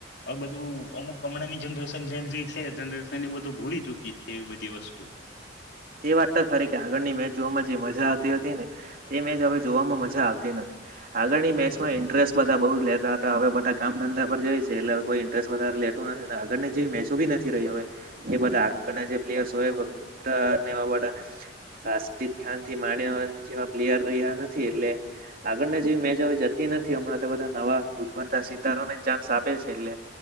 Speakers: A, on the left (about 65°); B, on the right (about 50°).
A: આ બધું અમુક હમણાં ની જનરેશન જેનજી છે. જરેશન ને બધું ભૂલી ચુકી છ એવી બધી વસ્તુ
B: એ વાત તો ખરી, કે આગળની મેચ જોવાવામાં જે મજ જા આવતી હતીને, તે મેચ હવે જોવામાં મજા આવતી નથી. હાલ આગળની મેચમાં ઇન્ટરેસ્ટ બધા બહુ જ લેતા હતા. હવે બા કામ ધંધા પર જાય છે. એટલે કોઈ ઇન્ટરેસ્ટ વધારે લેતું નથી. ને આગળની જે મેચો બી નથી રહી હવે. કે બધા આગળના જે પ્લેયર્સ હોય બધા ને એવા બધાં. આસ્તિ ખાનથી માંડીને હવે જેવા પ્લેયર રહ્યા નથી. એટલે આગળને જે મેચ હવે જતી નથી. હમણાં તો બધા નવા ઉદભરતા સિતારોને ચાન્સ આપે છે. એટલે